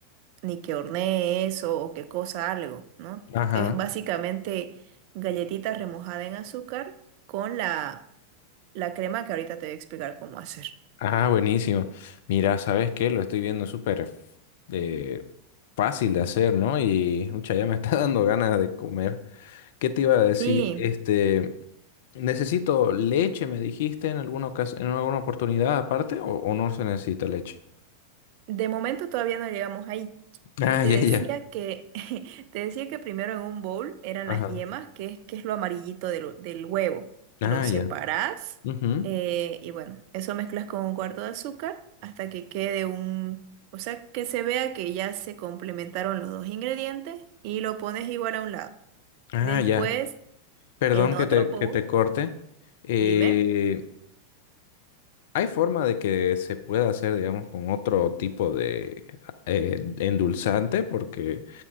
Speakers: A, on the right; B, on the left.
A: ni que hornee eso o que cosa algo, ¿no?
B: ajá.
A: Es básicamente galletita remojada en azúcar con la, la crema que ahorita te voy a explicar cómo hacer.
B: Ah, buenísimo. Mira, ¿sabes qué? Lo estoy viendo súper eh, fácil de hacer, ¿no? Y mucha ya me está <laughs> dando ganas de comer. ¿Qué te iba a decir?
A: Sí,
B: Este, necesito leche, me dijiste en alguna ocas- en alguna oportunidad aparte, o, o no se necesita leche.
A: de momento todavía no llegamos ahí.
B: Ah,
A: Te
B: ya,
A: decía
B: ya.
A: que, <laughs> te decía que primero en un bowl eran
B: Ajá.
A: las yemas, que es, que es lo amarillito del, del huevo. Lo
B: Ah,
A: separás
B: ya. Ujú.
A: eh, y bueno, eso mezclas con un cuarto de azúcar hasta que quede un, o sea, que se vea que ya se complementaron los dos ingredientes y lo pones igual a un lado.
B: Ah,
A: Después,
B: ya. Perdón
A: en otro
B: que te,
A: bowl,
B: que te corte. Eh,
A: dime.
B: ¿hay forma de que se pueda hacer, digamos, con otro tipo de eh, endulzante? Porque